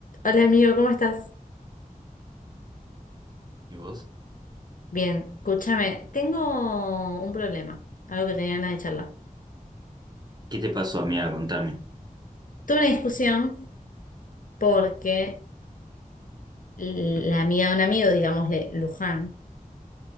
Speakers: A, on the left; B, on the right.
A: Hola amigo, ¿cómo estás?
B: ¿Y vos?
A: Bien, escúchame, tengo un problema, algo que tenía ganas de charlar.
B: ¿Qué te pasó, amiga? Contame.
A: Tuve una discusión porque la amiga de un amigo, digámosle Luján,